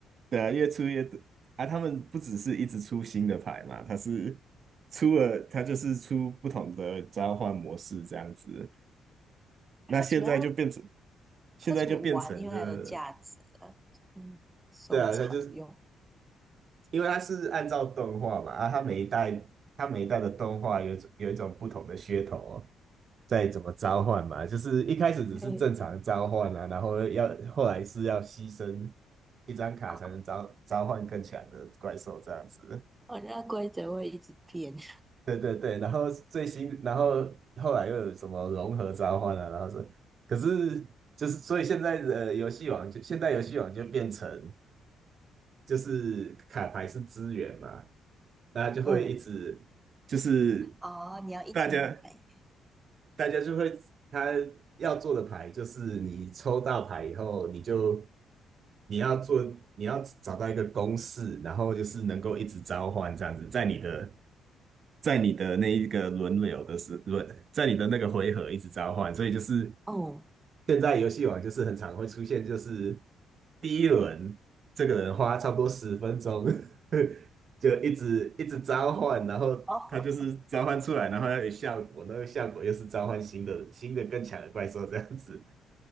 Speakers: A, on the right; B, on the right.
A: 对啊，越出越多啊。他们不只是一直出新的牌嘛，他是出了，他就是出不同的召唤模式这样子。那现在就变成
B: 它主要
A: 现在就变成这，
B: 它除了玩因为它有价值啊嗯，收藏用。
A: 对啊，它就是因为它是按照动画嘛，啊，它每一代它每一代的动画有一种有一种不同的噱头哦，在怎么召唤嘛，就是一开始只是正常召唤啊，
B: 对
A: 然后要后来是要牺牲一张卡才能召召唤更强的怪兽这样子。
B: 啊，哦，那规则会一直变。<laughs>
A: 对对对，然后最新，然后后来又有什么融合召唤啊，然后是，可是就是所以现在的游戏王就现在游戏王就变成。就是卡牌是资源嘛，那就会一直就是
B: 嗯，哦，你要一直买。
A: 大家大家就会他要做的牌就是你抽到牌以后，你就你要做你要找到一个公式，然后就是能够一直召唤这样子，在你的在你的那一个轮流的时轮，在你的那个回合一直召唤，所以就是
B: 哦
A: 现在游戏王就是很常会出现，就是第一轮这个人花差不多十分钟，<laughs> 就一直一直召唤，然后他就是召唤出来，
B: 哦，
A: 然后要有效果，那个效果又是召唤新的新的更强的怪兽这样子。